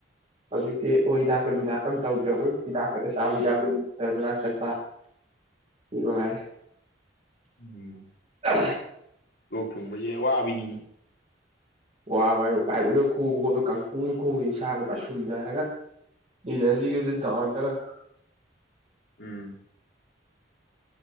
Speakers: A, on the right; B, on the left.
A: ꯍꯧꯖꯤꯛꯇꯤ ꯑꯣꯏ ꯍꯤꯗꯥꯛꯀ ꯅꯨꯡꯗꯥꯛꯀꯝ ꯇꯧꯗ꯭ꯔꯕ ꯑꯣꯡꯂꯤ ꯍꯤꯗꯥꯛ ꯈꯛꯇ ꯆꯥꯕ ꯍꯤꯗꯥꯛ ꯒꯨꯂꯤ ꯗꯣꯛꯇꯔ ꯃꯅꯥꯛ ꯆꯠꯄ ꯁꯤ ꯃꯉꯥꯏꯔꯦ
B: ꯎꯝ
A: <unintelligible>
B: ꯂꯣꯛ ꯊꯨꯡꯕꯖꯦ ꯋꯥꯕꯤꯅꯤꯅꯦ
A: ꯋꯥꯕ ꯍꯥꯏꯕꯨ ꯀꯥꯏꯗꯩꯅꯣ ꯈꯨꯕ ꯈꯣꯠꯄ ꯀꯪꯈꯨꯅꯦ ꯈꯨꯔꯤ ꯏꯁꯥꯒ ꯐꯅ ꯁꯨꯝꯊꯔꯒ ꯏꯅꯔꯖꯤꯒꯖꯦ ꯗꯥꯥꯎꯟ ꯆꯠꯂꯒ
B: ꯎꯝ